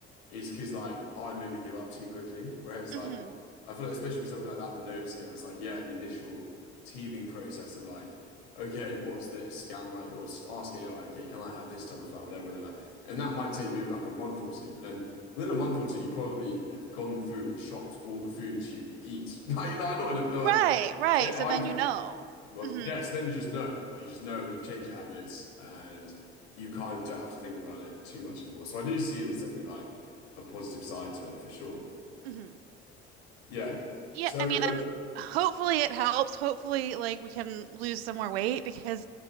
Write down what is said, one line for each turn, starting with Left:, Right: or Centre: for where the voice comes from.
Left: is because, like, I maybe give up too quickly. Whereas,
Right: hmm
Left: like, I feel like, especially with something like that, the Nova Scale, it's like, yeah, the initial teething process of, like, okay, what's this? Scan my, or s- ask AI, okay, can I have this type of flower, whatever, whatever. And that might take maybe like a month or two. But then within a month or two, you probably have gone through and shopped all the foods you eat. <laughs> Like, you know, I'm not in a, like,
Right: Right, right.
Left: say I
Right: So then
Left: do
Right: you know.
Left: that. Well,
Right: hmm
Left: yes, then you just know. Like you just know and you've changed your habits and you kind of don't have to think about it too much anymore. So I do see there's definitely like a positive side to it for sure.
Right: hmm
Left: Yeah.
Right: Yeah,
Left: So,
Right: I mean, and
Left: um,
Right: hopefully it helps. Hopefully, like we can lose some more weight because,